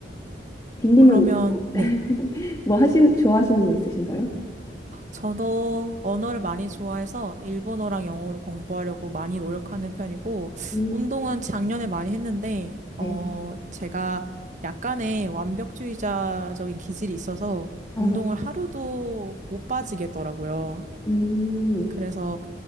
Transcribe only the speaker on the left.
빈님은
<laughs>
뭐 하신 좋아하시는 거 있으신가요?
음.
네.
아,
저,
음.